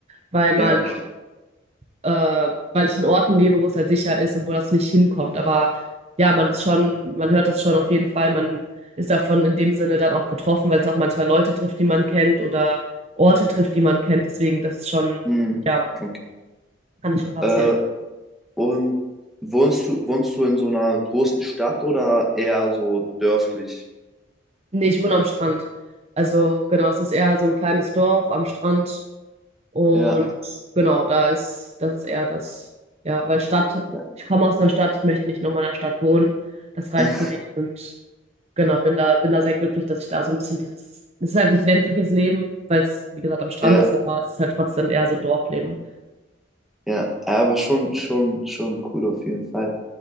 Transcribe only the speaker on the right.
weil man,
äh, weil ich in Orten lebe, wo es halt sicher ist und wo das nicht hinkommt. Aber ja, man ist schon, man hört das schon auf jeden Fall. Man ist davon in dem Sinne dann auch betroffen, weil es auch manchmal Leute trifft, die man kennt oder Orte trifft, die man kennt. Deswegen, das ist schon,
ja,
kann es schon passieren.
Nee, ich wohne am Strand. Also genau, es ist eher so ein kleines Dorf am Strand und
genau, da ist, das ist eher das, ja, weil Stadt,
ich komme aus einer Stadt, ich möchte nicht nochmal in einer Stadt wohnen. Das reicht
für mich und genau, bin da, bin da sehr glücklich, dass ich da so ein bisschen dieses, es ist halt nicht ländliches Leben, weil es, wie gesagt, am Strand
ist, aber es ist halt trotzdem eher so Dorfleben.